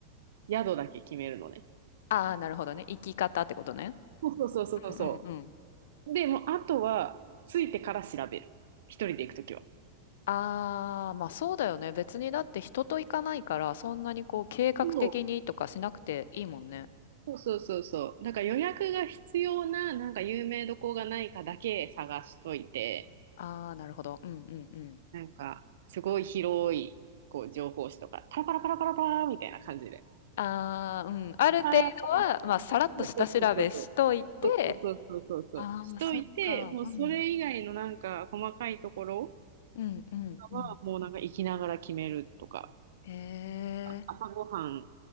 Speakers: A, on the right; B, on the left.
A: 宿だけ決めるのね。
B: ああ、なるほどね。生き方ってことね。
A: そうそうそうそうそ
B: うんうんうん。
A: う。で、もうあとは、ついてから調べる。一人で行くときは。
B: ああ、まあそうだよね。別にだって人と行かないから、そんなにこう計画的にとかしなくていいもんね。
A: そうそうそうそう。なんか予約が必要な、なんか有名どこがないかだけ探しといて、
B: ああ、なるほど。うんうんうん。
A: なんか、すごい広い、こう、情報誌とか、パラパラパラパラパラみたいな感じで。
B: ああ、うん。ある程度は、
A: ああ、
B: まあさらっと下調べしといて、
A: そうそうそうそう。そうそうそうそうそうそう。
B: ああ、
A: しといて、
B: そっか。
A: もうそれ以外のなんか細かいところ
B: うん。うんうん。
A: はもうなんか行きながら決めるとか、
B: うん。へえ。
A: 朝ごはん